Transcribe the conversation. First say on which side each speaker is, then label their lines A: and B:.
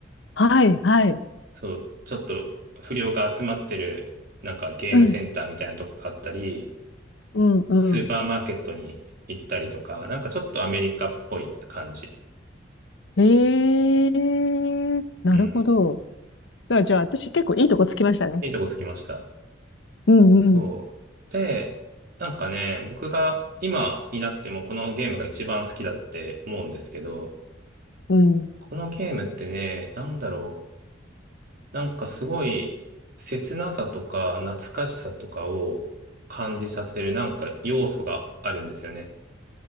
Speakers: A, on the left; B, on the right.
A: はい、はい。
B: そう、ちょっと不良が集まってる、なんかゲームセンターみたいなとこがあったり、
A: うん、うん、
B: スーパーマーケットに行ったりとか、
A: う
B: なんかちょっとアメリカっぽい感じ。
A: ん。ええなるほど。
B: うん。
A: だじゃあ、私結構いいとこつきましたね。
B: いいとこつきました。
A: うん、
B: そう。
A: うん、
B: で、なんかね、僕が今になってもこのゲームが一番好きだって思うんですけど、
A: うん。
B: このゲームってね、なんだろう。なんかすごい切なさとか懐かしさとかを感じさせるなんか要素があるんですよね。